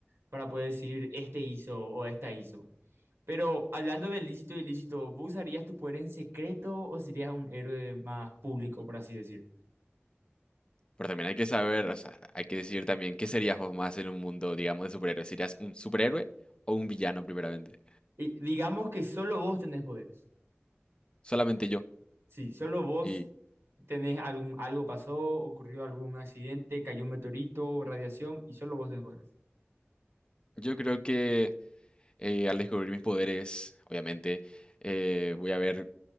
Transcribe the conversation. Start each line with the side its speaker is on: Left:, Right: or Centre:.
Right: para poder decir, este hizo o esta hizo. Pero hablando de lícito y ilícito, ¿vos usarías tu poder en secreto o serías un héroe más público, por así decir?
Left: Pero también hay que saber, o sea, hay que decidir también qué serías vos más en un mundo, digamos, de superhéroes. ¿Serías un superhéroe o un villano, primeramente?
Right: Y digamos que solo vos tenés poderes.
Left: Solamente yo.
Right: Sí, solo vos
Left: Y
Right: tenés algún, algo pasó, ocurrió algún accidente, cayó un meteorito, radiación, y solo vos tenés poderes.
Left: yo creo que eh, al descubrir mis poderes, obviamente, eh, voy a ver